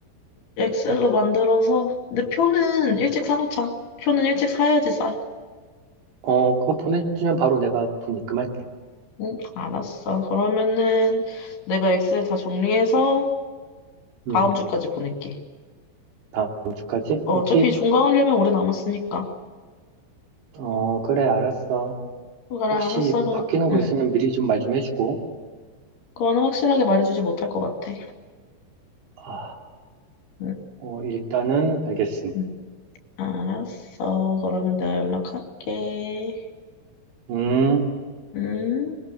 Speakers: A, on the left; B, on the right.
A: 엑셀로 만들어서. 근데 표는 일찍 사놓자. 표는 일찍 사야지 싸.
B: 어, 그거 보내주면 바로 내가 돈 입금할게.
A: 응. 알았어. 그러면은 내가 엑셀 다 정리해서
B: 음,
A: 다음 주까지 보낼게.
B: 다음 주까지?
A: 어,
B: 오케이?
A: 어차피 종강하려면 오래 남았으니까.
B: 어, 그래, 알았어.
A: 그래,
B: 혹시
A: 알았어. 그럼,
B: 바뀌는 거
A: 응.
B: 있으면 미리 좀 말 좀 해주고.
A: 그건 확실하게 말해주지 못할 것 같아.
B: 아,
A: 응,
B: 어, 일단은 알겠음.
A: 응. 알았어. 그러면 내가 연락할게.
B: 음.
A: 음.